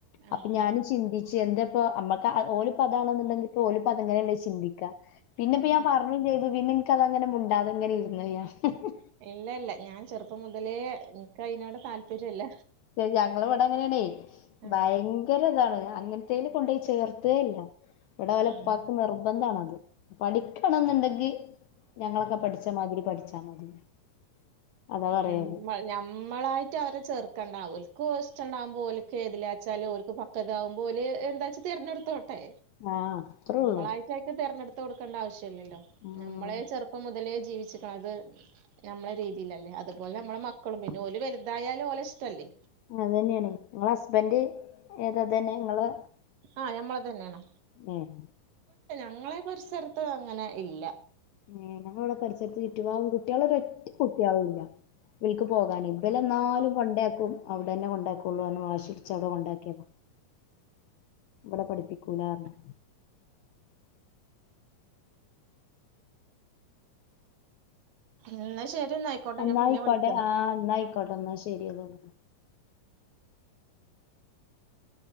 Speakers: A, on the right (about 75°); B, on the left (about 75°).
A: ആഹ്
B: അപ്പ ഞാന് ചിന്തിച്ച് എന്ത പ്പൊ അമ്മക്ക് അ ഓല് പ്പതാണ്ന്ന്ണ്ടെങ്കിൽപ്പോ ഓല് പ്പൊ അതങ്ങനെല്ലേ ചിന്തിക്ക പിന്നെപ്പ
A: പിന്നെ
B: ഞാൻ പറഞ്ഞും ചെയ്ത് പിന്നെ ഇൻക്ക അതങ്ങനെ മുണ്ടാതങ്ങനെ ഇരുന്നയ്ഞ്ഞ ഹ് ഹ്
A: ഇല്ല ഇല്ല ഞാൻ ചെറുപ്പം മുതലേ ൻക്കയ്നോട് താല്പര്യല്ല
B: എ ഞങ്ങളെ ഇവടെ അങ്ങനെയാണേ
A: ആഹ്
B: ഭയങ്കര ഇതാണ് അങ്ങൻത്തേന് കൊണ്ടാേയി ചേർത്തേല്ല ഇവ്ടെ ഓലെപ്പാക്ക്
A: ആഹ്
B: നിർബന്ധമാണത് പഠിക്കണംന്ന്ണ്ടെങ്കി ഞങ്ങളൊക്കെ പഠിച്ചമാതിരി പഠിച്ചാ മതി അതാ പറയല്
A: ഞം ഞമ്മളായിട്ട് അവരെ ചേർക്കെണ്ടല്ല ക്ക് ഓല്ഷ്ണ്ടാവുമ്പോ ഓൽക്ക് ഏതിലാച്ചാല് ഓൽക്ക് പക്കതാകുമ്പോല് എന്താച്ചാ തെരഞ്ഞടുത്തോ ട്ടെ
B: ആഹ് അത്രേ
A: നമ്മളായ്ട്ടയ്ക്ക്
B: ഉള്ളൂ
A: തെരഞ്ഞെട് കൊടുക്കേണ്ട ആവശ്യല്ലല്ലോ
B: ഉം
A: നമ്മളെ ചെറുപ്പം മുതലേ ജീവിച്ചിക്ക്ണത് ഞമ്മളെ രീ ഇല്ലല്ല അതുപോലെ ഞമ്മളെ മക്കളും പിന്നെ ഓല് വല്തായാല് ഓലെ ഇഷ്ടല്ലേ
B: അതെന്നെണെ ഇങ്ങളെ ഹസ്ബന്റ് ഏതാത ഇതെന്നെ ഇങ്ങളെ
A: ആ ഞമ്മളതന്നേണ്
B: ഉം
A: ഞങ്ങളെ ഈ പര്സരത്ത് അങ്ങനെ ഇല്ല
B: ഏ ഞങ്ങവ്ടെ പരിസരത്ത് ചുറ്റുപാവും കുട്ട്യാളൊരറ്റ കുട്ട്യാളുംല്ല ബൽക്ക് പോകാന് ഇബലെന്നാലും കൊണ്ടേയാക്കും അവ്ടെന്നെ കൊണ്ടേക്കാെള്ളുർഞ്ഞ് വാഷിട്ച്ച് അമ്ടെ കൊണ്ടേക്കിയത ഇവ്ടെ പഠിപ്പിക്കൂലാർഞ്ഞ്
A: ന്ന ശെരിന്ന അയ്ക്കോട്ടെ
B: എന്നായിക്കോട്ടെ
A: ഞാൻ പിന്നെ വിളിക്കന്ന
B: ആഹ് എന്നായിക്കോട്ടെ എന്നാ ശരി എന്നാല്.